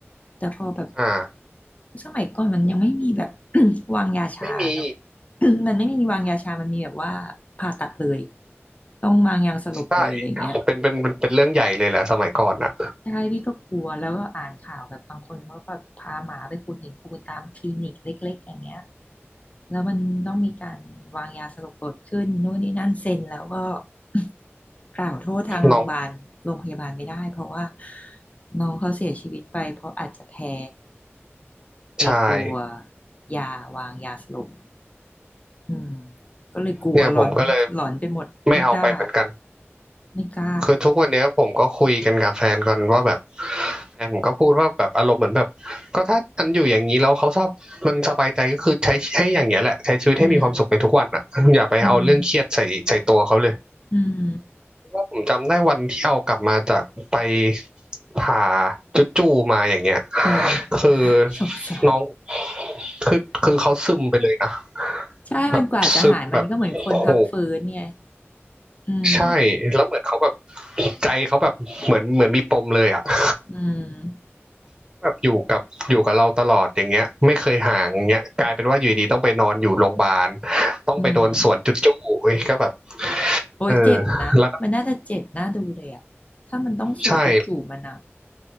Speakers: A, on the left; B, on the right.
A: แต่พอแบบ
B: อ่า
A: สมัยก่อนมันยังไม่มีแบบ <coughs> วางยาชาเนาะ
B: ไม่มี
A: <coughs> มันไม่มีวางยาชามันมีแบบว่าผ่าตัดเลยต้องวางยาสลบเลยอะไรอย่างเงี้ย
B: ใช่เป็นเป็นเป็นเป็นเรื่องใหญ่เลยแหละสมัยก่อนอ่ะ
A: ใช่พี่ก็กลัวแล้วก็อ่านข่าวแบบบางคนเขาแบบพาหมาไปขูดหินปูนตามคลินิกเล็กๆอย่างเงี้ยแล้วมันต้องมีการวางยาสลบเกิดขึ้นนู่นนี่นั่นเซ็นแล้วก็ <coughs> กล่าวโทษทางโรงพยาบาลโรงพยาบาลไม่ได้เพราะว่า
B: น้อง
A: น้องเขาเสียชีวิตไปเพราะอาจจะแพ้ไอตัว
B: ชาย
A: ยาวางยาสลบอืมก็เลยกลัวหลอนหลอนไปหมดไม่กล้า
B: เนี่ยผมก็เลยไม่เอาไปเหมือนกัน
A: ไม่กล้า
B: คือทุกวันเนี้ยผมก็คุยกันกับแฟนก่อนว่าแบบแฟนผมก็พูดว่าแบบอารมณ์เหมือนแบบก็ถ้ามันอยู่อย่างนี้แล้วเขาชอบมันสบายใจก็คือใช้ให้อย่างเงี้ยแหละใช้ชีวิตให้มีความสุขในทุกวันอ่ะอย่าไปเอาเรื่องเครียดใส่ใส่ตัวเขาเลย
A: อืมอืมอืม
B: ว่าผมจำได้วันที่เอากลับมาจากไปผ่าจุดจูมาอย่างเงี้ย
A: เออ <laughs>
B: คือ
A: สงสาร
B: น้อง
A: <laughs>
B: คือคือเขาซึมไปเลยนะ
A: ใช่มันกว่าจะหายมันก็เหมือนคนพักฟื้นไง
B: แบบซึมแบบโห
A: อืม
B: ใช่แล้วเหมือนเขาแบบใจเขาแบบเหมือนเหมือนมีปมเลยอ่ะ <laughs>
A: อืม
B: เขาแบบอยู่กับอยู่กับเราตลอดอย่างเงี้ยไม่เคยห่างอย่างเงี้ยกลายเป็นว่าอยู่ดีๆต้องไปนอนอยู่โรงพยาบาลต้องไปโดนสวนจุดจู้เว้ยก็แบบ
A: อืมโอ้ยเจ็บนะมันน่าจะเจ็บน่าดูเลยอะถ้ามันต้องสวนจู่ๆมันอะ
B: เออแล้วก็ใช่